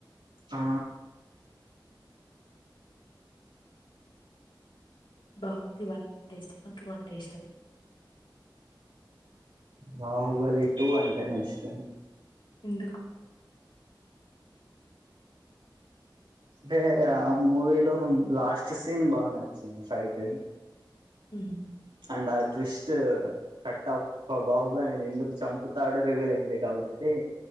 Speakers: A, on the right; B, on the left.
A: ఆ
B: బహ్ లి వన్ అంటే ఇష్టమా, టూ అంటే ఇష్టమా?
A: బాహుబలి టూ అంటేనే ఇష్టం.
B: ఎందుకు
A: టే ఆ మూవీలో లాస్ట్ సీన్ బాగ నచ్చింది ఫైటు.
B: హ్మ్
A: అండ్ ఆ ట్విస్ట్, కట్టప్ప బాహుబలి నీ ఎందుకు చంపుతాడో రివీల్ అయింది కాబట్టి.